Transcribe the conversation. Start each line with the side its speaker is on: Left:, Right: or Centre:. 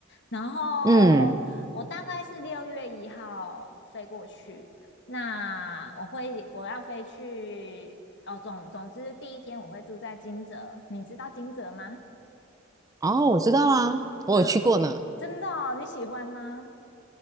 Left: 然后我大概是六月一号飞过去，
Right: 嗯。
Left: 那我会我要飞去哦，总总之第一天我会住在金泽，你知道金泽吗？
Right: 哦，我知道啊，我有去过呢。
Left: 嗯，真的哦，你喜欢吗？